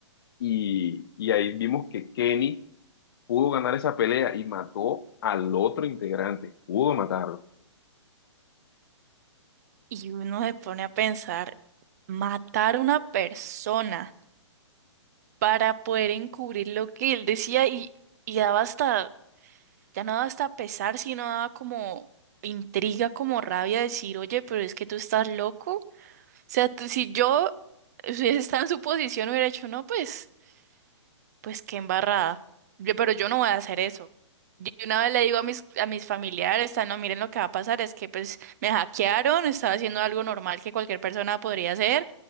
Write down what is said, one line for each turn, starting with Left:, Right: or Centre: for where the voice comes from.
Left: Y, y ahí vimos que Kenny pudo ganar esa pelea y mató al otro integrante, pudo matarlo.
Right: Y uno se pone a pensar, matar a una persona para poder encubrir lo que él decía y, y daba hasta... Ya no daba hasta pesar, sino daba como intriga, como rabia decir, oye, pero es que tú estás loco. O sea, tú- si yo eh, si hubiese estado en su posición, hubiera dicho, no, pues, pues qué embarrada. Yo- pero yo no voy a hacer eso. Yo una vez le digo a mis, a mis familiares, "Ah, no, miren lo que va a pasar, es que pues me hackearon, estaba haciendo algo normal que cualquier persona podría hacer,